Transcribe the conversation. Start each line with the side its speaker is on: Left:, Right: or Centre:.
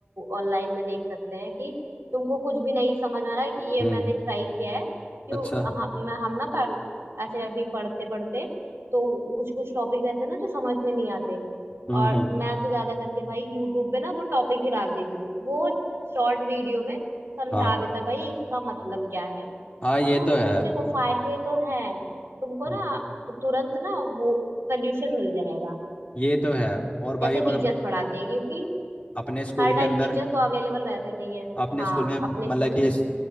Right: ऑनलाइन में देख सकते हैं कि तुमको कुछ भी नहीं समझ आ रहा है ये
Left: हम्म
Right: मैंने ट्राई किया है कि
Left: अच्छा
Right: वो- हम मैं हम ना पढ़ ऐसे अभी पढ़ते पढ़ते तो कुछ कुछ टॉपिक रहते हैं ना जो समझ में नहीं आते
Left: हम्म
Right: और
Left: हम्म
Right: मैं तो ज्यादा करके भाई यूट्यूब पे ना वो टॉपिक ही डाल देती हूँ वो शॉर्ट वीडियो में समझा
Left: हाँ
Right: देता है, भाई इसका मतलब क्या है
Left: हाँ
Right: तो
Left: ये तो है
Right: देखो फायदे तो हैं तुमको
Left: हम्म
Right: ना तुरंत ना वो सोल्यूशन मिल जाएगा
Left: ये तो है और भाई
Right: जैसे
Left: मगर
Right: टीचर्स पढ़ाते हैं क्योंकि
Left: अपने स्कूल
Right: हर टाइम
Left: के अंदर
Right: टीचर तो अवेलेबल रहते नहीं है
Left: अपने
Right: हाँ
Left: स्कूल में
Right: अपने
Left: मतलब
Right: स्कूल
Left: कि
Right: के अंदर
Left: इस